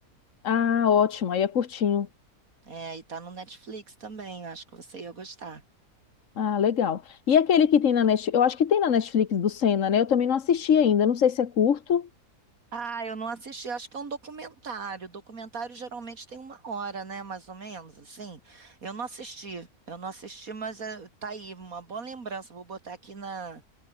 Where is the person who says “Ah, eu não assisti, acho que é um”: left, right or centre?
Right